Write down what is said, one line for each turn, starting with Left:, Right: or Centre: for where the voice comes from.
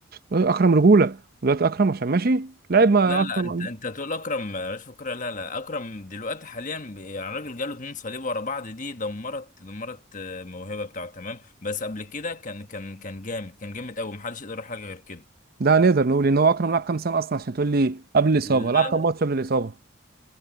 Right: اكرم رجوله ودلوقتي اكرم عشان ماشي لعب ما
Left: لا لا
Right: اصلا
Left: انت انت تقول اكرم مش فكرة لا لا اكرم دلوقتي حاليا ب- يعني راجل جاله اتنين صليب ورا بعض دي دمرت دمرت آه، الموهبه بتاعته تمام بس قبل كده كان كان كان جامد كان جامد قوي محدش يقدر يقول حاجه غير كده
Right: ده نقدر نقول ان هو اكرم لعب كام سنه اصلا عشان تقول لي قبل الاصابه
Left: لا
Right: لعب كام
Left: لا
Right: ماتش قبل الاصابه